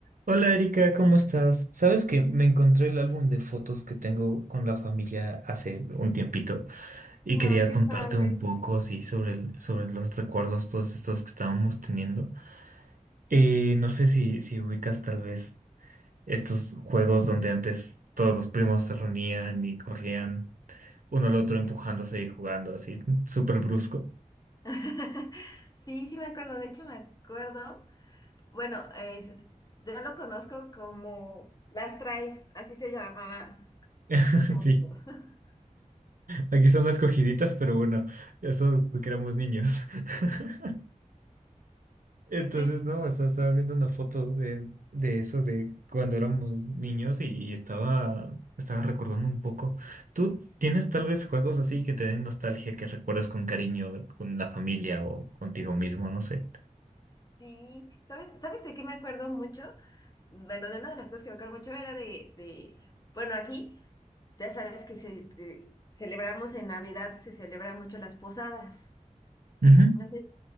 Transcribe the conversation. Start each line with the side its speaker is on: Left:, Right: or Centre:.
Right: Hola Erika, ¿cómo estás? Sabes que me encontré el álbum de fotos que tengo con la familia hace un tiempito y
Left: Ay,
Right: quería
Left: qué
Right: contarte
Left: padre.
Right: un poco así sobre, el- sobre los recuerdos, todos estos que estábamos teniendo. Eh, no sé si, si ubicas tal vez estos juegos donde antes todos los primos se reunían y corrían uno al otro empujándose y jugando así, súper brusco.
Left: <laughs> Sí, sí me acuerdo, de hecho me acuerdo, bueno, es, yo lo conozco como Las Traes, así se llamaba
Right: <laughs>
Left: Haruko.
Right: Sí,
Left: <laughs>
Right: aquí son las cogiditas, pero bueno, eso es porque éramos niños. <laughs> Entonces,
Left: Sí,
Right: no,
Left: sí,
Right: estaba, estaba viendo una foto de, de eso, de cuando éramos niños y, y estaba, estaba recordando un poco. ¿Tú tienes tal vez juegos así que te den nostalgia, que recuerdas con cariño, con la familia o contigo mismo? No sé.
Left: sí. ¿Sabes, sabes de qué me acuerdo mucho? Bueno, de una de las cosas que me acuerdo mucho era de, de bueno, aquí ya sabes que se, que celebramos en Navidad, se celebran mucho las posadas.
Right: Ujú.
Left: No sé,